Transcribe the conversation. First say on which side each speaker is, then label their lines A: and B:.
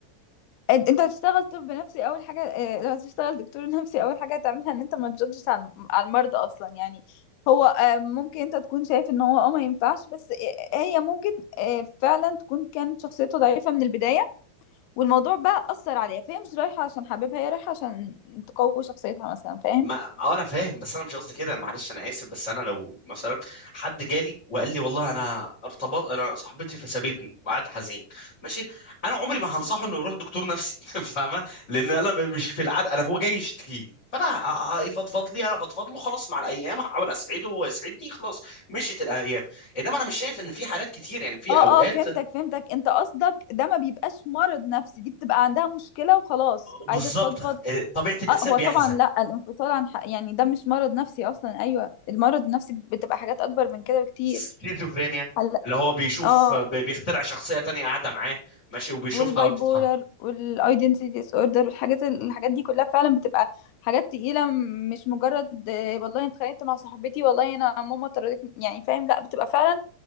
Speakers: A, on the left; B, on the left.
A: أنت أنت هتشتغل طب نفسي أول حاجة آآ لو هتشتغل دكتور نفسي أول حاجة هتعملها إن أنت ما تجادجش على الم على المرضى أصلًا، يعني هو آآ ممكن أنت تكون شايف إن هو آه ما ينفعش، بس آآ هي ممكن آآ فعلًا تكون كانت شخصيته ضعيفة من البداية، والموضوع بقى أثّر عليها، فهي مش رايحة عشان حاببها، هي رايحة عشان تقوي شخصيتها مثلًا، فاهم؟
B: ما اه انا فاهم بس انا مش قصدي كده معلش انا اسف بس انا لو مثلا حد جالي وقال لي والله انا ارتبط انا صاحبتي فسابتني وقعد حزين ماشي انا عمري ما هنصحه انه يروح دكتور نفسي <laughs> فاهمه لان انا مش في العاده انا هو جاي يشتكي لي فانا ه- ه- يفضفض لي انا افضفض له خلاص مع الايام هحاول اسعده وهو يسعدني خلاص مشيت الايام انما انا مش شايف ان في حالات كتير يعني في
A: آه،
B: اوقات
A: آه، فهمتك، فهمتك، أنت قصدك ده ما بيبقاش مرض نفسي، دي بتبقى عندها مشكلة وخلاص،
B: بالظبط
A: عايزة تفضفض
B: طبيعه الانسان
A: اه هو
B: بيحزن
A: طبعا لا الانفصال عن حق يعني ده مش مرض نفسي اصلا ايوه المرض النفسي بتبقى حاجات اكبر من كده بكتير
B: سكيزوفرينيا
A: هلا
B: اللي هو بيشوف
A: اه
B: بي- بيخترع شخصية تانية قاعدة معاه ماشي وبيشوفها
A: والباي
B: بتتحرك
A: بولر والايدنتي ديس اوردر والحاجات الحاجات دي كلها فعلا بتبقى حاجات تقيله م- مش مجرد آه، والله أنا اتخانقت مع صاحبتي والله انا ماما طردتني يعني فاهم لا بتبقى فعلا